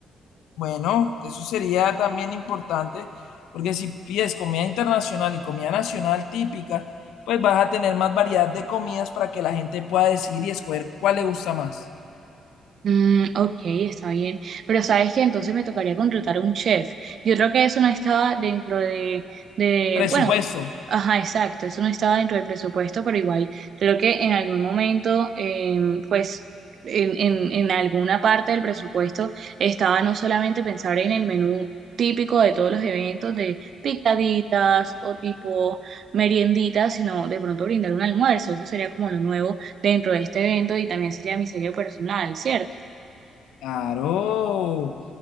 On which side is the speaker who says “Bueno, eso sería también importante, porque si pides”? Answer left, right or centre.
Left